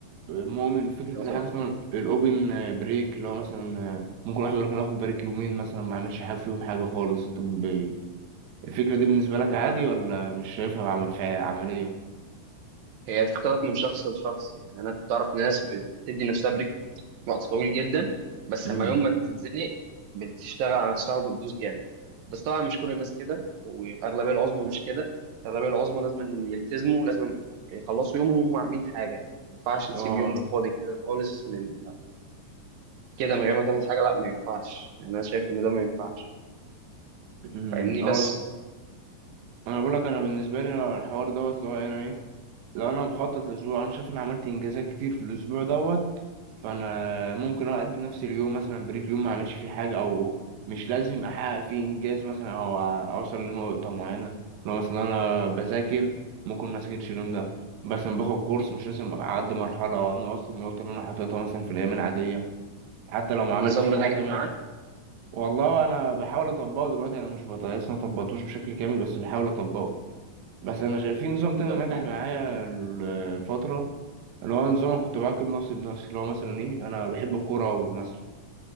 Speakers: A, on the right (about 65°); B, on the right (about 75°).
A: مؤمن بفكرة
B: تنظم
A: اللي حاجة
B: وقتك.
A: اسمها الاوبن بريك اللي هو مثلا آه، ممكن واحد يقول لك ناخد بريك يومين مثلا ما اعملش حاجة فيهم حاجة خالص انت ب... الفكرة دي بالنسبة لك
B: لا
A: عادي ولا مش شايفها عم... في عملية
B: هي بتختلف من شخص لشخص يعني انا كنت اعرف ناس بتدي نفسها بريك وقت طويل جدا بس
A: امم
B: لما يوم ما بتتزنق بتشتغل على نفسها وبتدوس جامد بس طبعا مش كل الناس كده والأغلبية العظمى مش كده الأغلبية العظمى لازم إن يلتزموا لازم يخلصوا يومهم وهم عاملين حاجة يعني ما ينفعش تسيب
A: اه
B: يوم فاضي كده خالص لل... كده من غير ما تعمل حاجة لا ما ينفعش يعني أنا شايف إن ده ما ينفعش
A: امم،
B: فاهمني
A: اه
B: بس
A: انا بقول لك انا بالنسبة لي اه، الحوار دوت اللي هو ايه، انا ايه لو انا مخطط لاسبوع انا شايف اني عملت انجازات كتير في الاسبوع دوت فانا ممكن اقضي نفس اليوم مثلا بريك يوم ما اعملش فيه حاجه او مش لازم احقق فيه انجاز مثلا او اوصل لنقطه معينه لو مثلا انا بذاكر ممكن ما اذاكرش اليوم ده مثلا باخد كورس مش لازم اعدي مرحله انه اوصل للنقطه اللي انا حاططها مثلا في الايام العاديه حتى لو ما
B: النظام
A: عملت فيه
B: ده نجح
A: حاجه ماشي
B: معاك
A: والله انا بحاول اطبقه دلوقتي انا مش بط- لسه ما طبقتوش بشكل كامل بس بحاول اطبقه بس انا شايف في نظام تاني
B: توفيق
A: نجح معايا
B: والله
A: ال- الفتره اللي هو نظام أنا كنت بعاقب نفسي بنفسي اللي هو مثلا ايه انا بحب الكوره قوي مثلا